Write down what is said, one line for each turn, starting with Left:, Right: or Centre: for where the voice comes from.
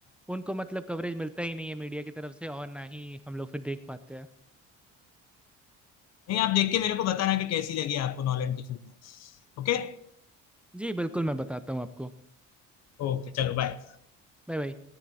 Centre: उनको मतलब कवरेज मिलता ही नहीं है मीडिया की तरफ से और ना ही हम लोग फिर देख पाते हैं
Left: आप देख के मेरे को बताना कि कैसी लगी आपको नॉलन की फिल्म ओके
Centre: जी बिल्कुल मैं बताता हूँ आपको
Left: ओके चलो बाय
Centre: Bye bye